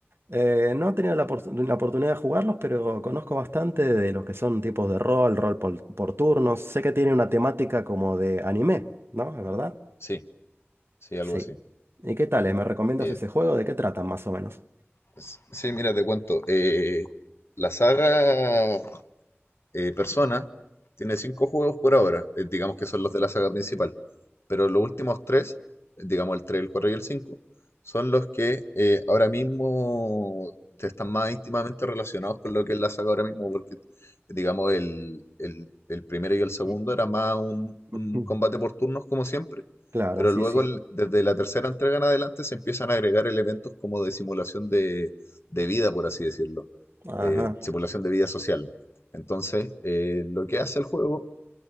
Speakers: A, on the right; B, on the left.
A: Eh, no he tenido la, opor- la oportunidad de jugarlos, pero conozco bastante de los que son tipos de rol, rol por, por turnos. Sé que tiene una temática como de anime, ¿no? ¿Es verdad?
B: Sí, sí, algo
A: Sí.
B: así.
A: ¿Y qué tal? ¿Me recomiendas
B: Eh,
A: ese juego? ¿De qué tratan más o menos?
B: s- sí, mira, te cuento. eh, la saga eh, Persona tiene cinco juegos por ahora, eh, digamos que son los de la saga principal, pero los últimos tres, eh, digamos el tres el 4 y el 5 son los que eh, ahora mismo están más íntimamente relacionados con lo que es la saga ahora mismo, porque digamos el, el- el primero y el segundo
A: Mm,
B: era más un,
A: <clears throat>
B: un
A: mm.
B: combate por turnos como siempre,
A: Claro,
B: pero
A: sí,
B: luego
A: sí.
B: el- desde la tercera entrega en adelante se empiezan a agregar elementos como de simulación de, de vida, por así decirlo,
A: Ajá.
B: eh, simulación de vida social. Entonces, eh, lo que hace el juego,